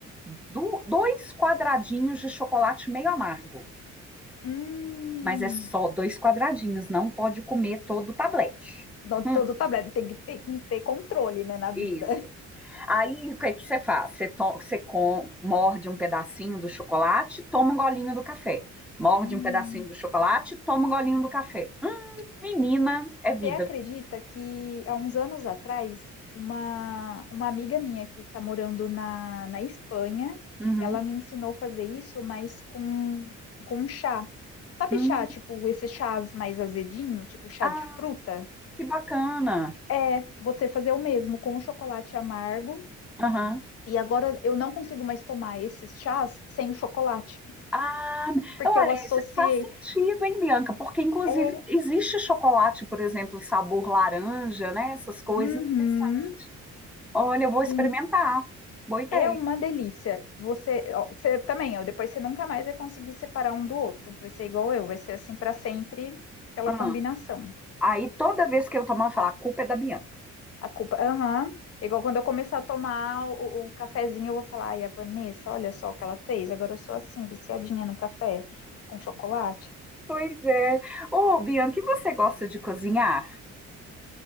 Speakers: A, in the centre; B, on the left.
A: do- dois quadradinhos de chocolate meio amargo.
B: Hum.
A: Mas é só dois quadradinhos, não pode comer todo o tablete.
B: Não,
A: Hum,
B: Todo tablet tem que ter, que ter controle, né, na vida.
A: isso.
B: <laughs>
A: Aí, o que é que você faz? Você, to- você com- morde um pedacinho do chocolate, toma um golinho do café. Morde
B: Hum.
A: um pedacinho do chocolate, toma um golinho do café. Hum, menina, é vida.
B: Você acredita que há uns anos atrás, uma, uma amiga minha que está morando na, na Espanha,
A: Uhum.
B: ela me ensinou a fazer isso, mas com, com chá. Sabe
A: Hum,
B: chá, tipo, esses chás mais azedinho, tipo chá
A: ah,
B: de fruta?
A: que bacana.
B: É, você fazer o mesmo com o chocolate amargo.
A: Aham.
B: E agora eu não consigo mais tomar esses chás sem o chocolate,
A: Ah,
B: porque
A: olha,
B: eu associei.
A: isso faz sentido, hein, Bianca? Porque, inclusive,
B: É,
A: existe chocolate, por exemplo, sabor laranja, né? Essas coisas.
B: uhum,
A: interessantes Olha, eu vou experimentar.
B: sim,
A: Boa ideia.
B: é uma delícia. Você, ó, você também, ó, depois você nunca mais vai conseguir separar um do outro. Vai ser igual eu, vai ser assim para sempre aquela
A: Ah,
B: combinação.
A: aí, toda vez que eu tomar, eu falar, a culpa é da Bianca.
B: A culpa, aham. Igual quando eu começar a tomar o, o cafezinho, eu vou falar, ai, a Vanessa, olha só o que ela fez. Agora eu sou assim, viciadinha no café com chocolate.
A: Pois é. Ô, Bianca, e você gosta de cozinhar?